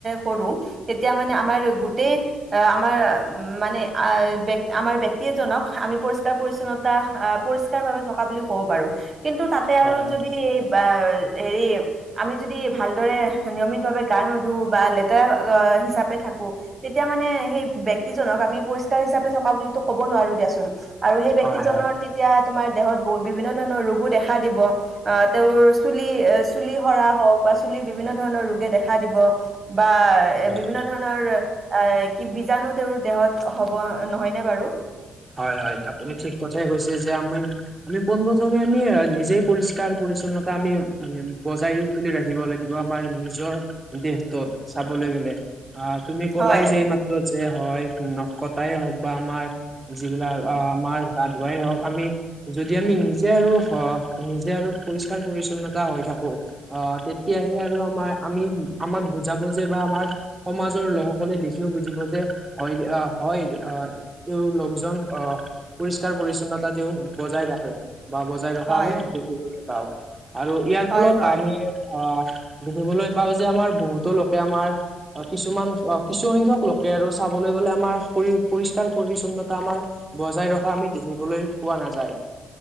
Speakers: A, on the right; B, on the right.
A: কৰো তেতিয়া মানে আমাৰ গোটেই অ- আমাৰ উ মানে আমাৰ ব্যক্তি এজনক আমি পৰি পৰিচ্ছন্নতা পৰিষ্কাৰ ভাবে থকা বুলি ক'ব পাৰো কিন্তু তাতে আৰু
B: হয়
A: যদি এই বা হেৰি আমি যদি ভালদৰে নিয়মিতভাৱে গা নোধো বা লেতেৰা হিচাপ থাকো তেতিয়া মানে সেই ব্ক্তিজনক আমি পৰিষ্কাৰ হিচাপে থকা বুলি ক'ব নোৱাৰো দিয়াচোন আৰু সেই ব ব্যক্তিজনৰ
B: হয় হয়
A: তেতিয়া তোমাৰ দেহত বু বিভিন্ন ধৰণৰ ৰোগো দেখা দিব আহ তেওঁৰ চুলি চুলি এ চুলি সৰা হওঁক বা চুলিৰ বিভিন্ন ধৰণৰ ৰোগে দেখা দিব বা এ
B: হয়
A: বিভিন্ন ধৰণৰ এ কি বীজাণু তেওঁৰ দেহত হ'ব নহয়নে বাৰু
B: হয় হয় আপুনি ঠিক কথাই কৈছে যে আমি আমি পোনপ্ৰথমে আমি নিজেই পৰিষ্কাৰ পৰিছন্নতা আমি বজাই তুলি ৰাখিব লাগিব আমাৰ নিজৰ দেহটোত চাবলৈ লে আহ তুমি কলাই
A: হয়
B: যে এই মাত্ৰ যে হয় ন কটাই হওক বা আমাৰ যিবিলাক আমাৰ দা ধুৱাই হওঁক আমি যদি আমি নিজে আৰু নিজে আৰু পৰিষ্কাৰ পৰি্ছন্নতা হৈ থাকো অ তেতিয়াহে আৰু আমাৰ আমি আমাক বুজাব যে বা আমাৰ সমাজৰ লোকসকলে দেখিও বুজিব যে হয় হয় আহ অ পৰিষ্কাৰ পৰি্ছন্নতা তেওঁ বজাই ৰাখে বা বজাই ৰখা
A: হয়
B: আমি দেখিবলৈ পাও আৰু ইয়াৰ
A: হয়
B: ফলত
A: হয়
B: আমি অ দেখিবলৈ পাও যে আমাৰ বহুতো লোকে আমাৰ কিছুমান অ কিছু সংখ্যক লোকে আৰু চাব গলে আমাৰ পৰি পৰিষ্কাৰ পৰিছন্নতা আমাৰ বজাই ৰখা আমি দেখিবলৈ পোৱা নাযায়